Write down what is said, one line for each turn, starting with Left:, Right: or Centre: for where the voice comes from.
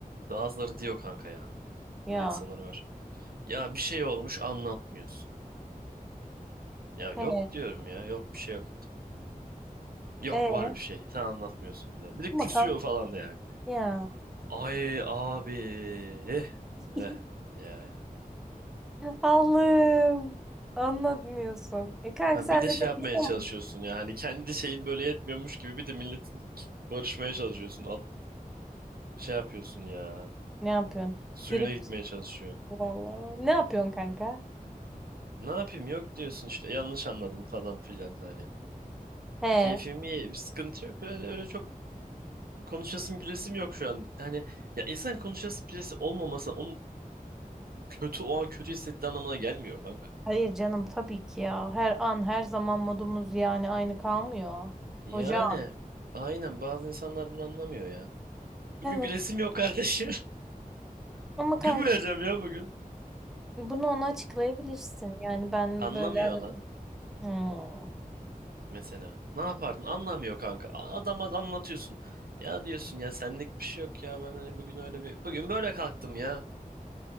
Right: Bazıları diyor kanka ya.
Centre: ya
Right: Böyle insanlar var. Ya bir şey olmuş anlatmıyorsun. Ya yok
Centre: he
Right: diyorum ya yok bir şey yok. Yok
Centre: e
Right: var bir şey. Sen anlatmıyorsun bir zaman. Bir de
Centre: ama
Right: küsüyor
Centre: kanka
Right: falan da yani.
Centre: ya
Right: Ay abi. Eh.
Centre: <laughs>
Right: Eh. Yani.
Centre: Allah'ım anlatmıyorsun. E kanka
Right: Ha,
Centre: sen
Right: bir de
Centre: de
Right: şey
Centre: tek
Right: yapmaya
Centre: insan
Right: çalışıyorsun
Centre: mı?
Right: ya hani kendi şeyin böyle yetmiyormuş gibi bir de milletin barışmaya çalışıyorsun. Alt, şey yapıyorsun ya.
Centre: Ne yapıyorsun?
Right: Suyuna
Centre: Trip
Right: gitmeye çalışıyorsun.
Centre: vallahi. Ne yapıyorsun kanka?
Right: Ne yapayım yok diyorsun işte yanlış anladın falan filan hani.
Centre: He.
Right: Keyfim iyi bir sıkıntı yok öyle öyle çok konuşasım gülesim yok şu an. Hani ya insan konuşası gülesi olmaması onun kötü o an kötü hissettiği anlamına gelmiyor kanka.
Centre: Hayır canım tabii ki ya. Her an her zaman modumuz yani aynı kalmıyor.
Right: Yani
Centre: Hocam.
Right: aynen bazı insanlar bunu anlamıyor ya. Bugün
Centre: Evet.
Right: gülesim yok kardeşim. <laughs>
Centre: Ama
Right: Gülmeyeceğim
Centre: kanka
Right: ya bugün.
Centre: bunu ona açıklayabilirsin. Yani ben
Right: Anlamıyor
Centre: böyle aradım.
Right: lan.
Centre: Hmm.
Right: mesela. Ne yapardın? Anlamıyor kanka. A- Adama anlatıyorsun. Ya diyorsun ya senlik bir şey yok ya ben hani bugün öyle bir bugün böyle kalktım ya.